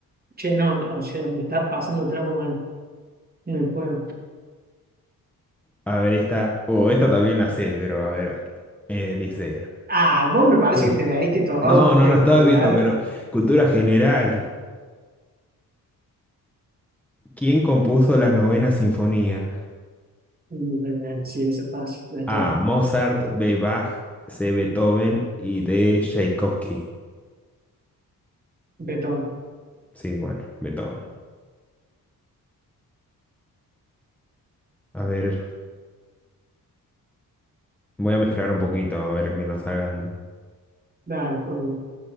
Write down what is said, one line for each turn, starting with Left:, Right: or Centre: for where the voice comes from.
Right: che, no, o sea, me estás pasando el trapo mal en el juego.
Centre: A ver, esta, o esta también la sé, pero a ver, eh, dice...
Right: Ah, vos me parece
Centre: ¿Quién?
Right: que te leíste todo
Centre: No,
Right: antes
Centre: no, no estaba
Right: de jugar.
Centre: viendo, pero cultura general. ¿Quién compuso la novena sinfonía?
Right: Mm, bueno, Sí, eso es fácil, betón,
Centre: A. Mozart, B. Bach, C. Beethoven y D. Tchaikovsky.
Right: betón.
Centre: Sí, bueno, Beethoven. A ver, voy a mezclar un poquito, a ver que nos hagan...
Right: Dale, por favor.